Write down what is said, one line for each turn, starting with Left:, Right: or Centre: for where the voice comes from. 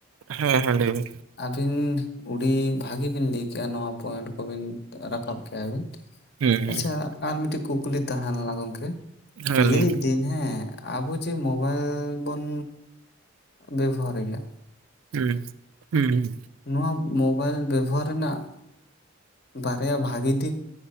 Right: ᱦᱮᱸ ᱦᱟᱸ ᱞᱟᱹᱭ ᱢᱮ
Left: ᱟᱹᱵᱤᱱ ᱩᱰᱤ ᱵᱷᱟᱹᱜᱤ ᱵᱤᱱ ᱞᱟᱹᱭ ᱠᱮᱜᱼᱚ ᱱᱚᱣᱟ ᱯᱚᱭᱮᱱᱴ ᱠᱚᱵᱤᱱ ᱨᱟᱠᱟᱵ ᱠᱮᱜ ᱟᱵᱤᱱ
Right: ᱦᱩᱸ ᱦᱩᱸ
Left: ᱟᱪᱪᱷᱟ ᱟᱨ ᱢᱤᱫᱴᱤᱡ ᱠᱩᱠᱞᱤ ᱛᱟᱦᱮᱸᱞᱮᱱᱟ ᱜᱚᱢᱠᱮ
Right: ᱦᱮᱸ
Left: ᱞᱟᱹᱭ
Right: ᱵᱤᱱ
Left: ᱫᱟᱹᱧ ᱦᱮᱸ ᱟᱵᱚ ᱡᱮ ᱢᱳᱵᱟᱭᱤᱞ ᱵᱚᱱ ᱵᱮᱵᱚᱦᱟᱨ ᱮᱭᱟ
Right: ᱦᱩᱸ ᱦᱩᱸ ᱦᱩᱸ
Left: ᱱᱚᱣᱟ ᱢᱳᱵᱟᱭᱤᱞ ᱵᱮᱵᱚᱦᱟᱨ ᱨᱮᱱᱟᱜ ᱵᱟᱨᱭᱟ ᱵᱷᱟᱜᱤ ᱫᱤᱠ